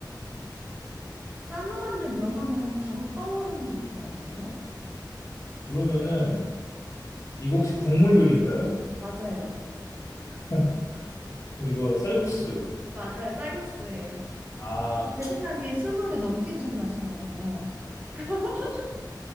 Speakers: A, on the right; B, on the left.
A: 쌀로 만든 면 하면 바로 떠오르는 게 있지 않으세요?
B: 그러면은 이거 혹시 국물 요리인가요?
A: 맞아요.
B: <laughs> 그럼 이거 쌀국수죠.
A: 맞아요. 쌀국수예요.
B: 아,
A: 제 생각에 20개 넘게 질문하신 것 같아요. <laughs>